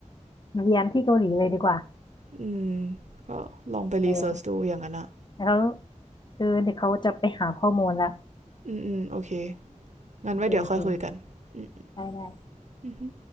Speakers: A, on the left; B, on the right.
A: เรียนที่เกาหลีเลยดีกว่า
B: อืมก็ลองไปรีเสิร์ชดูอย่างนั้นอ่ะ
A: เออ แล้วคือเดี๋ยวเขาจะไปหาข้อมูลละ
B: อืมอืมโอเคงั้นไว้เดี๋ยวค่อยคุยกันอืมอื
A: โอเคโอเคได้ได้
B: ม